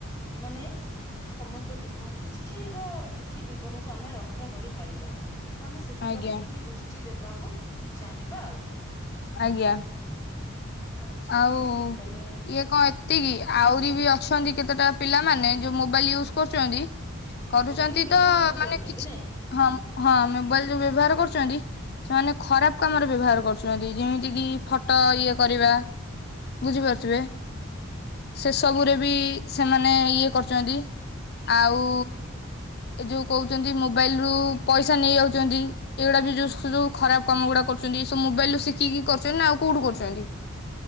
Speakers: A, on the left; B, on the left.
A: ମାନେ ସମସ୍ତ ଜୀବ- କିଛି ର କିଛି ଜୀବନକୁ ଆମେ ରକ୍ଷା କରିପାରିବା। ତ ଆମେ ସେଥିପ୍ରତି
B: ଆଜ୍ଞା
A: ଟିକେ ଦୃଷ୍ଟି ଦେବାକୁ ଚାହିଁବା ଆଉ।
B: ଆଜ୍ଞା।
A: ଆଚ୍ଛା।
B: ଆଉ
A: ତାହେଲେ
B: ଇଏ କଣ ଏତିକି ଆହୁରି ବି ଅଛନ୍ତି କେତେଟା ପିଲାମାନେ ଯଉ ମୋବାଇଲ୍ ୟୁଜ୍ କରୁଚନ୍ତି କରୁଚନ୍ତି
A: ମୋବାଇଲ ବ୍ୟବହାର
B: ତ
A: ଯୋଉ କରୁଛନ୍ତି
B: ମାନେ କିଛି
A: ନାଇଁ
B: ହଁ -ହଁ ମୋବାଇଲ୍ ଯଉ ବ୍ୟବହାର କରୁଚନ୍ତି ସେମାନେ ଖରାପ୍ କାମରେ ବ୍ୟବହାର କରୁଚନ୍ତି ଯେମିତି କି ଫଟୋ ଇଏ କରିବା। ବୁଝିପାରୁଥିବେ ସେ ସବୁରେ ବି ସେମାନେ ଇଏ କରୁଚନ୍ତି। ଆଉ ଏ ଯଉ କହୁଚନ୍ତି ମୋବାଇଲ୍ ରୁ ପଇସା ନେଇ ଯାଉଚନ୍ତି ଏଇଗୁଡା ବି ଯଉ ସଉ ଖରାପ୍ କାମ ଗୁଡା କରୁଚନ୍ତି ଏ ସବ ମୋବାଇଲ୍ ରୁ ଶିଖିକି କରୁଚନ୍ତି ନା ଆଉ କଉଠୁ କରୁଚନ୍ତି।